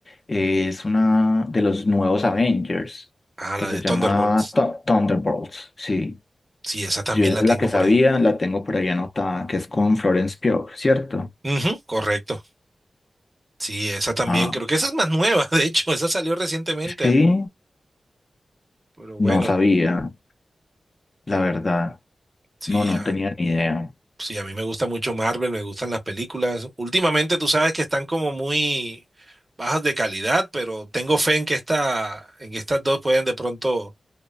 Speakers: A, on the left; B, on the right.
A: eh, es una de los nuevos Avengers,
B: Ah,
A: que
B: la
A: se
B: de
A: llama
B: Thunderbolts.
A: Thu- Thunderbolts, sí.
B: Sí, esa también
A: Yo esa
B: la
A: es
B: tengo
A: la que sabía,
B: por ahí.
A: la tengo por ahí anotada, que es con Florence Pugh, ¿cierto?
B: Ujú, correcto. Sí, esa también.
A: Ah,
B: Creo que esa es más nueva, <laughs> de hecho. Esa salió recientemente.
A: sí,
B: am- Pero bueno,
A: no sabía, la verdad.
B: sí.
A: No, no
B: ah,
A: tenía ni idea.
B: Sí, a mí me gusta mucho Marvel, me gustan las películas. Últimamente tú sabes que están como muy bajas de calidad, pero tengo fe en que esta, en que estas dos pueden de pronto